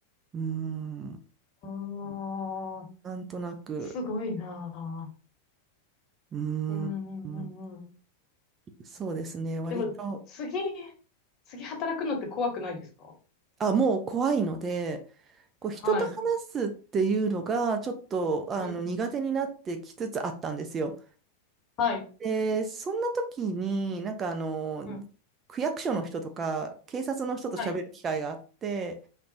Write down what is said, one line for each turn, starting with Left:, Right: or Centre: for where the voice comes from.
Right: うーん。
Left: ああ、
Right: なんとなく。
Left: すごいなあ。
Right: うーん。
Left: うん、うん、うん、うん。
Right: そうですね。割と。
Left: でも、次、次働くのって怖くないですか
Right: あ、もう怖いので、こう人と話すっていうのがちょっとあの苦手になってきつつあったんですよ。
Left: はい。うん。はい。
Right: で、そんな時になんかあの
Left: うん。
Right: 区役所の人とか警察の人と喋る機会があって、
Left: はい。